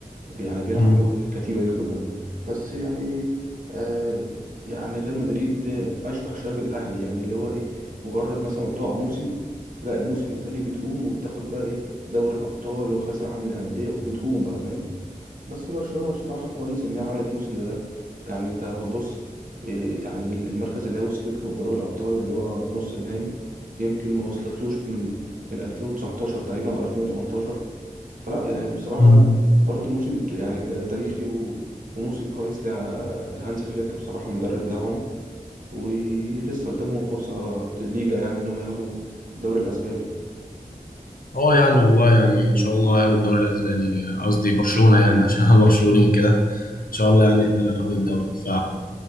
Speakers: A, on the right; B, on the left.
A: يعني بيلعب
B: مم.
A: لوحده في الكتيبة دي كلها بس يعني آه يعني ريال مدريد آه، أشبه شوية بالأهلي يعني اللي هو إيه مجرد مثلا ما بتقع موسم لا الموسم التاني بتقوم وبتاخد بقى إيه دوري الأبطال وكأس العالم للأندية وبتقوم بقى فاهم بس برشلونة بصراحة كويس إن هي عملت موسم ده ده يعني أنت لو هتبص إيه، يعني المركز اللي هي وصلت له في دوري الأبطال اللي هو نص النهائي يمكن ما وصلتلوش من من 2019 تقريبا أو 2018 فلا يعني بصراحة
B: مم.
A: برضه موسم ت- يعني آه، تاريخي و- وموسم كويس لع- لهانز فليك بصراحة المدرب بتاعهم ولسه قدامهم فرصة الليجا يعني إن هم ياخدوا الدوري الأسباني
B: اه يعني والله يعني ان شاء الله هياخد الدوري الاسباني قصدي برشلونه يعني عشان انا <laughs> برشلوني وكده ان شاء الله يعني احنا اللي هناخد الدوري ف